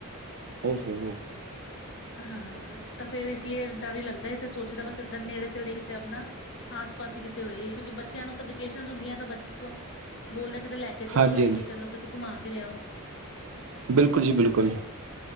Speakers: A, on the right; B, on the left.
A: ਓ ਹੋ।
B: ਹਾਂ, ਤਾਂ ਫੇਰ ਇਸ ਲਈ ਡਰ ਹੀ ਲੱਗਦਾ ਹੈ ਤੇ ਸੋਚੀਦਾ ਬਸ ਇੱਦਾਂ ਨੇੜੇ ਤੇੜੇ ਕਿਤੇ ਆਪਣਾ ਆਸ ਪਾਸ ਹੀ ਕਿਤੇ ਹੋਏ ਕਿਉਂਕਿ ਬੱਚਿਆਂ ਨੂੰ ਤਾਂ ਵੋਕੇਸ਼ਨ ਹੁੰਦੀਆਂ ਤਾਂ ਬੱਚੇ ਬੋਲਦੇ ਕਿਤੇ ਲੈ ਕੇ ਚਲੋ
A: ਹਾਂਜੀ
B: ਲੈ
A: ਹਾਂਜੀ
B: ਕੇ ਚਲੋ ਕਿਤੇ ਘੁੰਮਾ ਕੇ ਲਿਆਓ।
A: ਬਿਲਕੁਲ ਜੀ ਬਿਲਕੁਲ ਜੀ